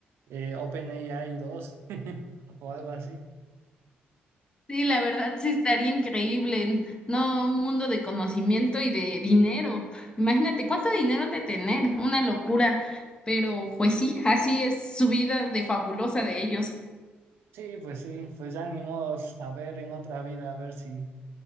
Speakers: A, on the right; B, on the left.
A: eh, OpenAI dos <laughs> o algo así.
B: Sí, la verdad sí estaría increíble, no un mundo de conocimiento y de dinero. Imagínate cuánto dinero han de tener, una locura, pero pues sí, así es su vida de fabulosa de ellos.
A: Sí, pues sí, pues ya ni modos, a ver en otra vida, a ver si